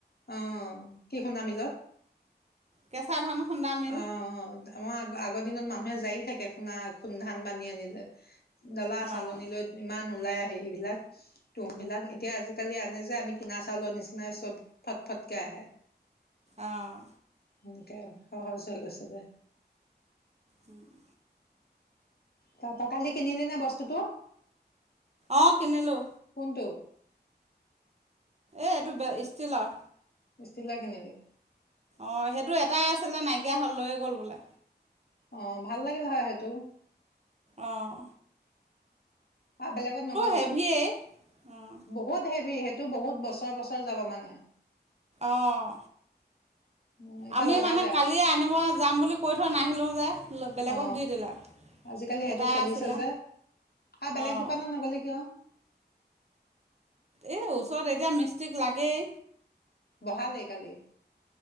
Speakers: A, on the left; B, on the right.
A: আহ কি গুটি খুণ্ডা মেলত।
B: কেচা ধান। খুন্দা মিল
A: অঁ! আমাৰ আ আগৰ দিনত মানুহে জাৰি থাকে খুনা ধান বানি আনি যে ডলা
B: অঁ
A: চালনী লৈ ইমান নোলাই সেই বিলাক টোপ বিলাক এতিয়া আজিকালি আনে যে আমি কিনা চাউলৰ নিচিনাই চব ফটফটকে আহে
B: আহ
A: এনেকে আৰু সহজ হৈ গৈছে দে
B: উম <inaudible>
A: তাপা কালি কিনিলি নে বস্তুটো
B: অ কিনিলো
A: কোনটো
B: এ এইটো ষ্টিলৰ
A: ষ্টিলৰ কিনিলি
B: অঁ সেইটো এটাই আছিলে নাইকিয়া হ'ল লৈয়ে গ'ল বোলে
A: অ ভাল লাগিল হয় সেইটো
B: আহঁ
A: আহ বেলেগত নগলি
B: হেভিয়েই অঁ
A: বহুত হেভি সে এইটো বহুত বছৰ বছৰ যাব মানে
B: অঁ
A: উম, এতিয়া
B: আমি
A: লগালে
B: মানে কালিয়ে আনিব যাম বুলি কৈ থৈ নাহিলোঁ যে বেলেগক
A: অ
B: দি দিলে
A: আজিকালি সেইটো
B: এটাই
A: চলিছে
B: আছিলে
A: যে আৰু বেলেগ
B: অঁ
A: দোকানত নগলি কিয়?
B: এই ওচৰত এতিয়া মিষ্টিক লাগেই
A: বহালেই কালি